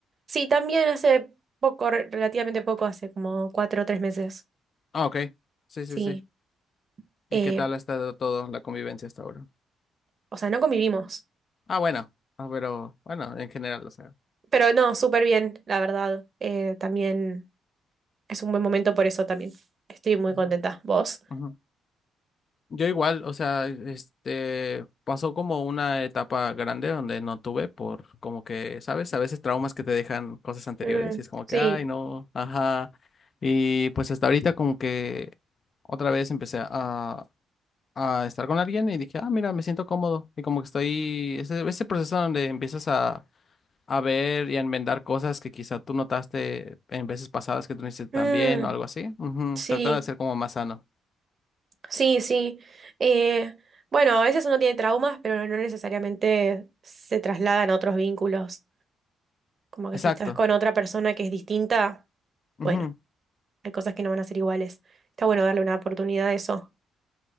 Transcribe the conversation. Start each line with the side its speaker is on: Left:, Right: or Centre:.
Right: Sí, también hace poco, re- relativamente poco, hace como cuatro o tres meses.
Left: Ah, ok. Sí,
Right: Sí.
Left: sí, sí.
Right: Eh,
Left: ¿Y qué tal ha estado todo la convivencia hasta ahora?
Right: o sea, no convivimos.
Left: Ah, bueno. Ah, pero bueno, en general, o sea.
Right: Pero no, súper bien, la verdad. Eh, también es un buen momento por eso también. Estoy muy
Left: Ujú,
Right: contenta. ¿Vos?
Left: ujú. Yo igual, o sea, este, pasó como una etapa grande donde no tuve por como que, ¿sabes? A veces traumas que te dejan cosas anteriores
Right: Mm,
Left: y es como
Right: sí.
Left: que, ay, no, ajá. Y pues hasta ahorita como que otra vez empecé a, a estar con alguien y dije, ah, mira, me siento cómodo. Y como que estoy, ese, ese proceso donde empiezas a, a ver y a enmendar cosas que quizá tú notaste en veces pasadas que tú no hiciste tan
Right: Mm,
Left: bien o algo así, ujú,
Right: sí.
Left: Tratando de ser como más sano.
Right: Sí, sí. Eh, bueno, a veces uno tiene traumas, pero no necesariamente se trasladan a otros vínculos. Como que
Left: Exacto.
Right: si estás con otra persona que es distinta,
Left: Ujú.
Right: bueno, hay cosas que no van a ser iguales. Está bueno darle una oportunidad a eso.